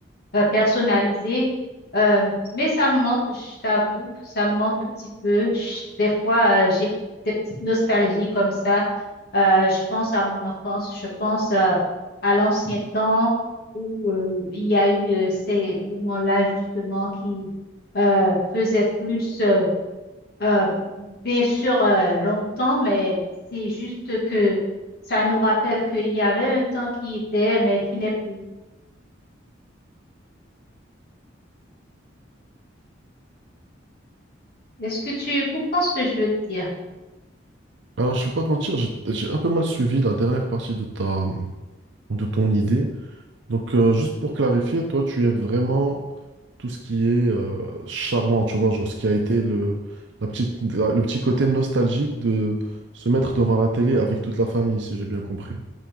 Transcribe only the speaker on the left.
euh, personnalisé. Euh, mais ça me manque, je t'avoue, ça me manque un petit peu. Je- des fois, euh, j'ai des petites nostalgies comme ça. Euh, je pense à mon enfance, je pense euh, à l'ancien temps où euh, il y a eu euh, ces moments-là justement qui euh, faisaient plus, euh, euh, bien sûr, euh, longtemps, mais c'est juste que ça nous rappelle qu'il y avait un temps qui était, mais qui n'est plus. Est-ce que tu comprends ce que je veux te dire?